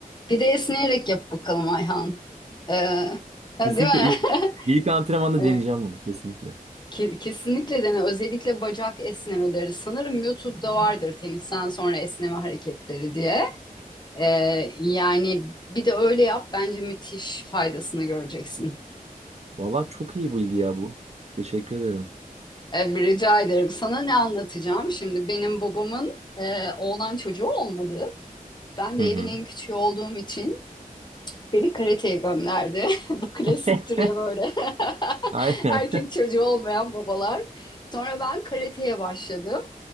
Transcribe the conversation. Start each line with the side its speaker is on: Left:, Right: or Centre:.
Left: Bir de esneyerek yap bakalım Ayhan. Ee, değil
Right: Kesinlikle
Left: mi?
Right: ilk
Left: <laughs>
Right: ilk antrenmanda
Left: Evet,
Right: deneyeceğim bunu kesinlikle.
Left: ke- kesinlikle dene. Özellikle bacak esnemeleri. Sanırım YouTube'da vardır tenisten sonra esneme hareketleri diye. Ee, yani bir de öyle yap. Bence müthiş faydasını göreceksin.
Right: Valla çok iyi bilgi ya bu. Teşekkür ederim.
Left: Ee, e, rica ederim. Sana ne anlatacağım? Şimdi benim babamın e, oğlan çocuğu olmadı. Ben de
Right: Hı
Left: evin
Right: hı.
Left: en küçüğü olduğum için beni karateye gönderdi. <laughs> Bu klasiktir
Right: <laughs>
Left: ya böyle. <laughs>
Right: Aynen.
Left: Erkek çocuğu olmayan babalar. Sonra ben karateye başladım.